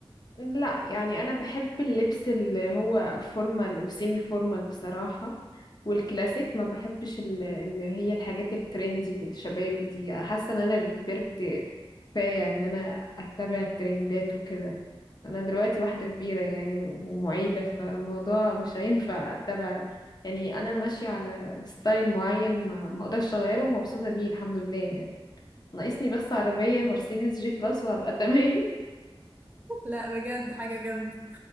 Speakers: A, on the left; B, on the right.
A: لا يعني انا بحب اللبس اللي هو فورمال وسيمي فورمال بصراحة والكلاسيك ما بحبش ال- اللي هي الحاجات الترندي والشبابي دي حاسة ان انا كبرت كفاية ان انا اتبع الترندات وكده انا دلوقتي واحدة كبيرة يعني ومعيدة فالموضوع مش هينفع اتبع يعني انا ماشية على ستايل معين ما ما اقدرش اغيره ومبسوطة بيه الحمد لله يعني ناقصني بس عربية مرسيدس جي كلاس وهبقى <laughs> تمام
B: <laughs> لا بجد حاجة جامدة